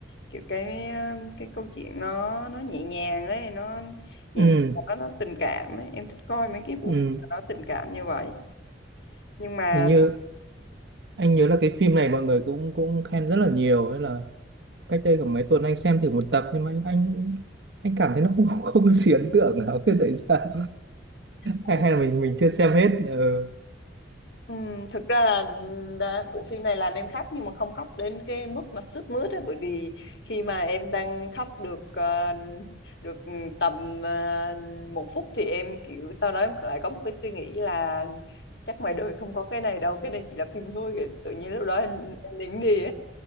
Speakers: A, on the left; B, on the right.
A: kiểu cái ờ, cái câu chuyện nó nó nhẹ nhàng ấy nó nhẹ
B: ừ
A: nhàng, nó, nó tình cảm ấy em thích coi mấy cái bộ
B: ừ
A: phim mà nó tình cảm như vậy nhưng mà
B: hình như anh nhớ là cái phim này mọi người cũng cũng khen rất là nhiều hay là cách đây khoảng mấy tuần anh xem thử một tập nhưng mà anh anh, anh cảm thấy nó không không, không <laughs> gì ấn tượng lắm Thế tại sao <laughs>
A: ừ,
B: hay hay là mình mình chưa xem hết ừ.
A: Ừm, thực ra là đã, bộ phim này làm em khóc nhưng mà không khóc đến cái mức mà sướt mướt ấy bởi vì khi mà em đang khóc được ờ, được tầm ờ, một phút thì em kiểu sau đó em lại có một cái suy nghĩ là chắc ngoài đời không có cái này đâu cái này chỉ là phim thôi tự nhiên lúc đó em, em nín đi